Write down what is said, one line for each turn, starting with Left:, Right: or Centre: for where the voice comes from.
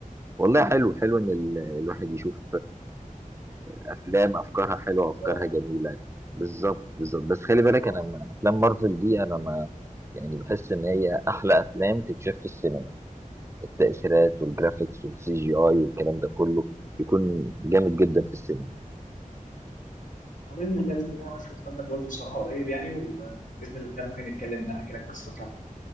Right: والله حلو حلو ان ال- الواحد يشوف افلام افكارها حلوه وافكارها
Left: طبعا
Right: جميله بالظبط بالظبط بس خلي
Left: آه
Right: بالك
Left: طبعا
Right: انا افلام مارفل دي انا ما يعني بحس ان هي احلى افلام تتشاف في السينما التأثيرات والجرافيكس والسي جي اي والكلام ده كله يكون جامد جدا في السينما
Left: آه باذن الله باذن الله انا اشوف ثاندر بولت بصراحه قريب يعني وباذن الله ممكن نتكلم ان انا احكي لك القصه بتاعته